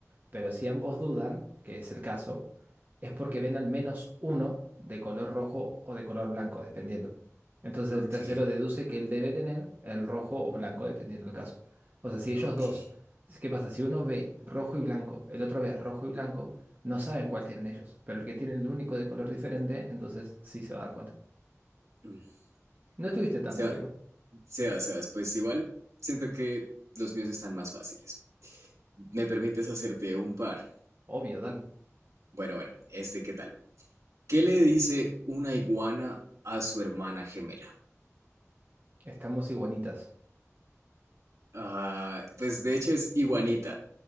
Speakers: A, on the right; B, on the right.
A: Pero si ambos dudan, que es el caso, es porque ven al menos uno de color rojo o de color blanco, dependiendo. Entonces
B: Ok,
A: el tercero deduce que él debe tener el rojo o blanco, dependiendo del caso. O sea, si ellos
B: ok.
A: dos, ¿qué pasa? Si uno ve rojo y blanco, el otro ve rojo y blanco. No saben cuál tienen ellos, pero el que tiene el único de color diferente, entonces sí se va a dar cuenta.
B: mm.
A: No estuviste tan
B: Seba-
A: mal igual.
B: Sebas, Sebas, pues igual siento que los míos están más fáciles. ¿Me permites hacerte un par?
A: Obvio, dale.
B: Bueno, bueno, este, ¿qué tal? ¿Qué le dice una iguana a su hermana gemela?
A: Estamos iguanitas.
B: Ah, pues de hecho es iguanita.